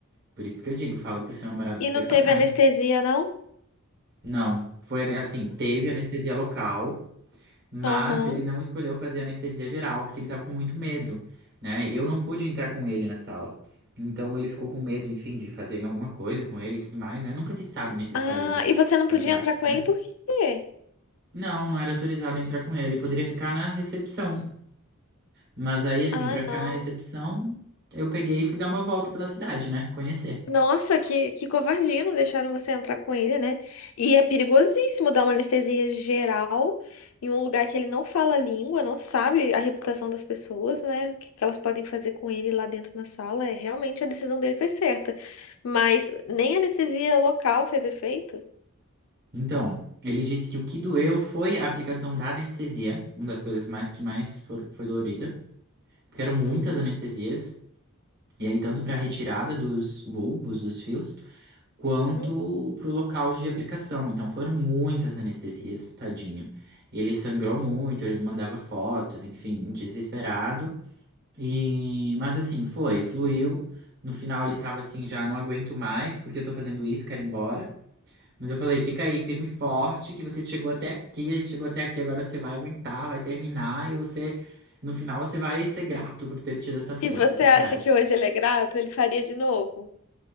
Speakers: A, on the right; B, on the left.
A: por isso que eu digo, fala pro seu namorado se
B: E
A: preparar,
B: não teve anestesia,
A: hein?
B: não?
A: Não, foi assim, teve anestesia local. Mas
B: Aham.
A: ele não escolheu fazer anestesia geral porque ele tava com muito medo, né? Eu não pude entrar com ele na sala. Então ele ficou com medo, enfim, de fazerem alguma coisa com ele e tudo mais, né? Nunca se sabe nesses
B: Ah,
A: países
B: e você não podia
A: asiáticos,
B: entrar com
A: né?
B: ele por quê?
A: Não, não era autorizado a entrar com ele. Poderia ficar na recepção. Mas aí, assim,
B: Ah,
A: pra ficar
B: não.
A: na recepção, eu peguei e fui dar uma volta pela cidade, né? Conhecer.
B: Nossa, que, que covardia, não deixaram você entrar com ele, né? E é perigosíssimo dar uma anestesia geral em um lugar que ele não fala a língua, não sabe a reputação das pessoas, né? O que que elas podem fazer com ele lá dentro na sala. É, realmente a decisão dele foi certa. Mas nem a anestesia local fez efeito.
A: Então, ele disse que o que doeu foi a aplicação da anestesia, uma das coisas mais que mais for- foi dolorida, porque eram muitas
B: Uhum.
A: anestesias. E aí, tanto para a retirada dos bulbos, dos fios, quanto
B: uhum.
A: para o local de aplicação. Então, foram muitas anestesias, tadinho. Ele sangrou muito, ele mandava fotos, enfim, desesperado. E... Mas assim, foi, fluiu. No final, ele tava assim: já não aguento mais, porque eu tô fazendo isso, quero ir embora. Mas eu falei: fica aí, firme e forte, que você chegou até aqui, a gente chegou até aqui, agora você vai aguentar, vai terminar, e você, no final, você vai ser grato por ter tido essa força,
B: E você
A: essa
B: acha
A: coragem.
B: que hoje ele é grato? Ele faria de novo?